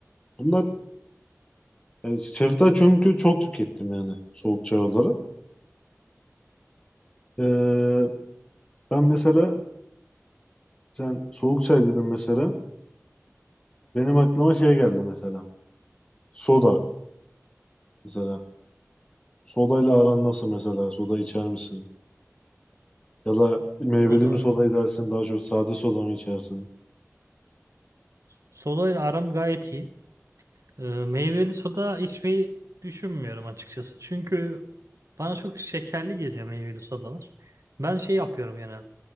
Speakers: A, on the left; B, on the right.
A: bunlar e, şeftali çünkü çok tükettim yani soğuk çay olarak. Eee, ben mesela sen soğuk çay dedin mesela benim aklıma şey geldi mesela soda mesela sodayla aran nasıl mesela soda içer misin? Ya da meyveli
B: Soda.
A: mi soda edersin daha çok sade soda mı içersin?
B: Soda ile aram gayet iyi. Ee, meyveli soda içmeyi düşünmüyorum açıkçası. Çünkü bana çok şekerli geliyor meyveli sodalar. Ben şey yapıyorum genelde.